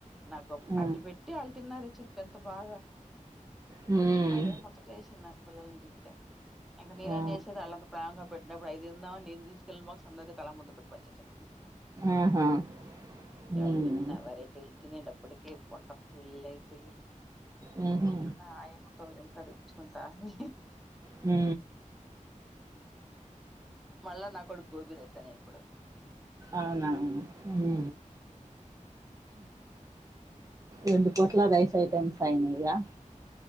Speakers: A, in the centre; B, on the right.
A: నాకు
B: ఆ!
A: అట్టి పెట్టి వాళ్ళు తిన్నారు చేపెంత బాగా!
B: హ్మ్.
A: భలే ముచ్చటేసింది నాకు పిల్లల్ని చూస్తే. ఇంకా నేనేం
B: ఆ!
A: చేసేది ఆళ్లంతా ప్రేమగా పెట్టినప్పుడు అయి తిందామని నేను తీస్. పిల్లన్ బాక్స్ అందరికీ తల ముద్ద పెట్టి పంచేసా.
B: ఆహా!
A: <unintelligible>
B: హ్మ్.
A: వెరైటీలు తినేటప్. ఇప్పటికే పొట్ట ఫుల్ అయిపోయి,
B: హుహు.
A: మళ్ళ ఆయమ్మతో లిమ్కా తెప్పించుకున్. తాగి.
B: హు
A: మళ్ళా నా కొడుకు గోబీ రైస్ అనే ఇప్పుడు
B: అవున హు అవున. హు రెండు పూట్ల రైస్ ఐటెమ్స్ అయినయిగా.